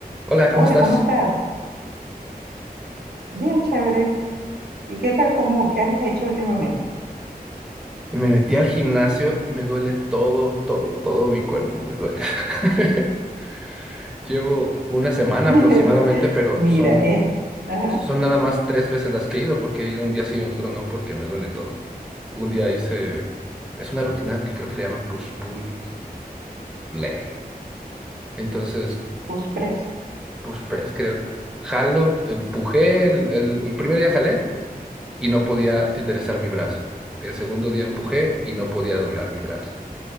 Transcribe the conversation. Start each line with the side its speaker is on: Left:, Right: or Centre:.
Centre: Hola, ¿cómo
Right: Hola,
Centre: estás?
Right: ¿cómo estás? Bien, chévere. ¿Y qué tal, cómo, qué has hecho últimamente?
Centre: Me metí al gimnasio, me duele todo, todo, todo mi cuerpo, me duele. <laughs> Llevo una semana
Right: <laughs>
Centre: aproximadamente, pero
Right: Mira,
Centre: son,
Right: eh, ajá,
Centre: son nada más tres veces las que he ido, porque he ido un día sí y otro no, porque me duele todo. Un día hice, es una rutina que creo que le llaman push, pull y leg. Entonces,
Right: push press.
Centre: push press, creo. Jalo, empujé, el, el el primer día jalé y no podía enderezar mi brazo. El segundo día empujé y no podía doblar mi brazo.